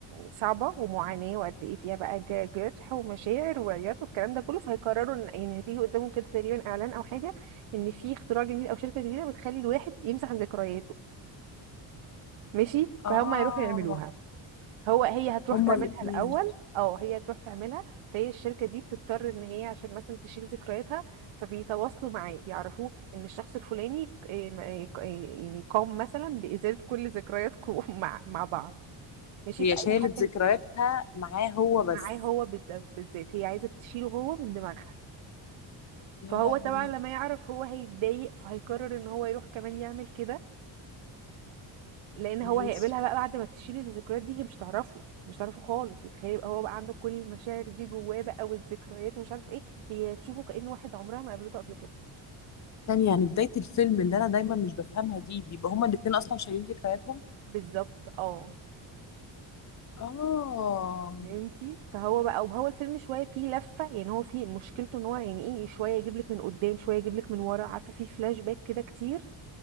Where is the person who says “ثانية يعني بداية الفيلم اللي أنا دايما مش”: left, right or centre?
Left